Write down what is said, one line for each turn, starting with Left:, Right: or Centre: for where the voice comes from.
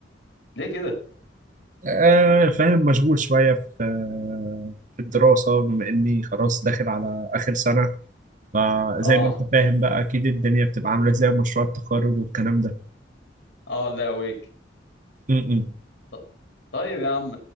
Left: ليه كده
Right: آه فاهم مشغول شوية في آه في الدراسة بما اني خلاص داخل على اخر سنة فزي
Left: اه
Right: ما انت فاهم بقى اكيد الدنيا بتبقى عاملة ازاي مشروع التخرج والكلام ده
Left: اه لا ويك
Right: م -م.
Left: ط- طيب يا عم